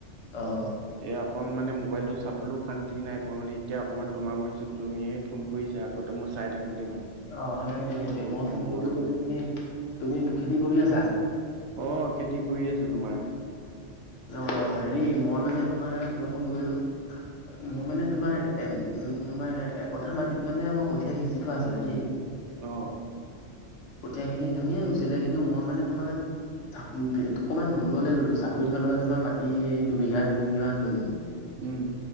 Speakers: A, on the left; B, on the right.
A: অ',
B: এই অকণ মানে মোবাইলটো চাবলৈও শান্তি নাই পোৱা, মানে এতিয়া অকণমান তোমাৰ মৰিছো তুমিয়ে ফোন কৰিছা। কত মই চাই থাকোতে মানে।
A: অ, সেইটোৱে-সেইটোৱে
B: বহুত
A: মই
B: দিনৰ
A: ফোন
B: মূৰত
A: কৰিলো মানে তুমি-তুমি খেতি কৰি আছা?
B: অ, খেতি কৰি আছো তোমাৰ।
A: অ, হেৰি মই মানে তোমাৰ কিবা ফোন কৰিলো। মই মানে তোমাৰ এ উম, তোমাৰ একথা মাটিত মানে মই কঠীয়া সিজি থোৱা আছিলে দেই।
B: অ',
A: কঠীয়াখিনি ধুনীয়া হৈছিলে, কিন্তু মই মানে তোমাৰ চাপ অকণমান দূৰলৈ ললো চাপ পৰিফাললৈ তোমাৰ মাটি দুবিঘা, তিনি বিঘামান ললো।
B: উম,